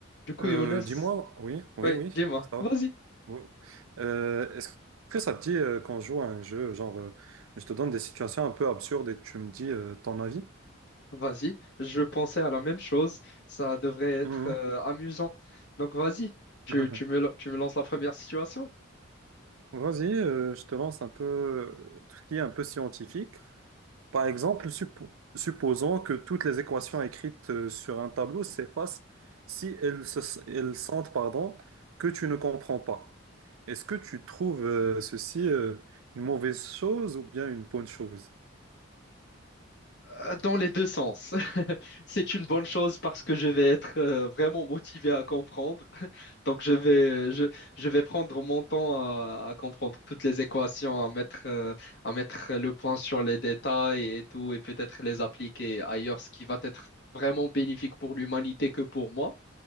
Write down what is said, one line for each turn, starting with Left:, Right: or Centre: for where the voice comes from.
Left: Du coup,
Right: Euh,
Left: Younes,
Right: dis-moi, oui, oui,
Left: Ouais.
Right: oui,
Left: oui, dis-moi,
Right: ça va.
Left: vas-y,
Right: Oui. Euh, est-ce que ça te dit euh, qu'on joue à un jeu, genre, euh, je te donne des situations un peu absurdes et tu me dis euh, ton avis?
Left: vas-y, je pensais à la même chose, ça devrait être
Right: Mhm.
Left: euh, amusant. Donc, vas-y, tu,
Right: <laughs>
Left: tu me, la- tu me lances la première situation.
Right: Vas-y, euh, je te lance un peu euh, tout ce qui est un peu scientifique. Par exemple, suppo- supposons que toutes les équations écrites euh, sur un tableau s'effacent si elles, se- elles sentent, pardon, que tu ne comprends pas. Est-ce que tu trouves euh, ceci euh, une mauvaise chose ou bien une bonne chose?
Left: Euh, Dans les deux sens. <laughs> C'est une bonne chose parce que je vais être euh, vraiment motivé à comprendre. <laughs> Donc, je vais, je, je vais prendre mon temps à, à comprendre toutes les équations, à mettre, euh, à mettre le point sur les détails et tout, et peut-être les appliquer ailleurs, ce qui va être vraiment bénéfique pour l'humanité que pour moi.